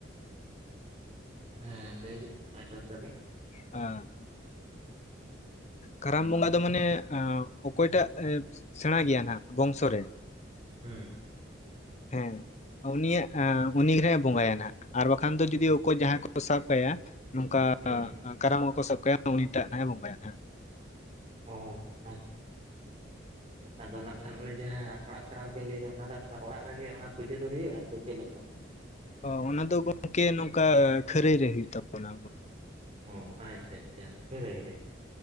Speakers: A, on the right; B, on the left.
A: ᱦᱮᱸ ᱞᱟᱹᱭᱵᱤᱱ ᱟᱸᱡᱚᱢ ᱫᱟᱞᱤᱧ
B: ᱟᱸᱼᱼ ᱠᱟᱨᱟᱢ
A: ᱦᱩᱸ
B: ᱵᱚᱸᱜᱟ ᱫᱚ ᱢᱟᱱᱮ ᱮᱸ ᱚᱠᱚᱭᱴᱟᱜ ᱥᱮᱸᱬᱟ ᱜᱮᱭᱟ? ᱱᱷᱟᱜ ᱵᱚᱝᱥᱚ ᱨᱮᱼᱼ
A: ᱦᱩᱸ
B: ᱩᱸ ᱩᱱᱤᱭᱟᱜ ᱟᱸ ᱩᱱᱤ ᱜᱮᱦᱟᱸᱜᱮ ᱮ ᱵᱚᱸᱜᱟᱭᱟ ᱱᱷᱟᱜ᱾ ᱟᱨ ᱵᱟᱠᱷᱟᱱ ᱫᱚ ᱡᱩᱫᱤ ᱚᱠᱚᱭ ᱡᱟᱸᱦᱟᱭ ᱠᱚ ᱥᱟᱵ ᱠᱟᱭᱟᱼᱼ ᱱᱚᱝᱠᱟᱻ
A: ᱦᱩᱸ
B: ᱠᱟᱨᱟᱢᱚᱜ ᱠᱚ ᱥᱟᱵ ᱠᱟᱭᱟ ᱩᱱᱤ ᱴᱟᱜ ᱱᱷᱟᱜ ᱮ ᱵᱚᱸᱜᱟᱭᱟ ᱱᱷᱟᱜ᱾
A: ᱚᱸᱻ ᱟᱪᱪᱷᱼᱼ ᱟᱫᱚ ᱱᱟᱜ ᱠᱷᱟᱱ ᱚᱱᱮ ᱡᱟᱦᱟᱸ ᱚᱲᱟᱜ ᱠᱟᱨᱟᱢ ᱵᱤᱱ ᱞᱟᱹᱭᱫᱟ ᱚᱱᱟ ᱫᱚ ᱚᱲᱟᱜ ᱨᱮᱜᱮ ᱚᱱᱟ ᱯᱩᱡᱟᱹ ᱫᱚ ᱦᱩᱭᱩᱜ-ᱟ ᱥᱮ ᱪᱮᱫ ᱞᱮᱠᱟ?
B: ᱚᱻ ᱚᱱᱟ ᱫᱚ ᱜᱚᱝᱠᱮ ᱱᱚᱝᱠᱟ ᱠᱷᱟᱹᱨᱟᱹᱭ ᱨᱮ ᱦᱩᱭᱩᱜ ᱛᱟᱵᱚᱱᱟ ᱟᱵᱚᱣᱟᱜ᱾
A: ᱚᱸ ᱟᱪᱪᱷᱟ ᱟᱪᱪᱷᱟ ᱠᱷᱟᱹᱨᱟᱹᱭ ᱨᱮ᱾